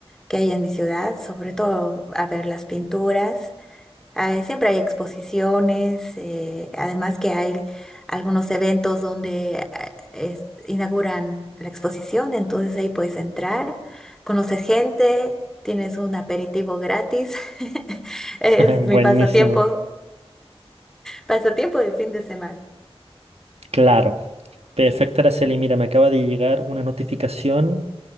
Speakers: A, in the centre; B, on the right (about 75°).
A: que hay en mi ciudad, sobre todo a ver las pinturas. Ah, siempre hay exposiciones, eh, además que hay algunos eventos donde ah, es- inauguran la exposición, entonces ahí puedes entrar, conoces gente, tienes un aperitivo gratis. <laughs> Es
B: <laughs>
A: mi
B: Buenísimo.
A: pasatiempo. Pasatiempo de fin de semana.
B: Claro. Perfecto, Araceli. Mira, me acaba de llegar una notificación